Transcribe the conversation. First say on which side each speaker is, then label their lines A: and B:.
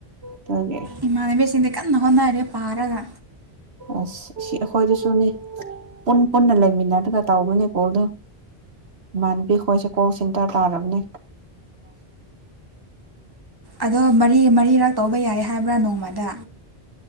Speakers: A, on the right; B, on the right.
A: ꯑꯗꯨꯒꯤ
B: ꯏꯅꯦꯅꯕ ꯁꯤ ꯅꯉꯅꯔꯦ ꯄꯥꯔꯒ
A: ꯑꯁ ꯁꯤ ꯑꯩꯈꯣꯏꯗꯁꯨꯅꯤ ꯄꯨꯟ ꯄꯨꯟꯅ ꯂꯩꯃꯤꯟꯅꯔꯒ ꯇꯧꯕꯅꯦ ꯀꯣꯜꯗ ꯏꯃꯥꯟꯕꯤꯈꯣꯏ ꯁ ꯀꯣꯛ ꯁꯤꯟꯇꯥ ꯇꯥꯔꯕꯅꯦ <inaudible>
B: ꯑꯗꯣ ꯃꯔꯤ ꯃꯔꯤꯔꯛ ꯇꯧꯕ ꯌꯥꯏ ꯍꯥꯏꯕ꯭ꯔꯥ ꯅꯣꯡꯃꯗ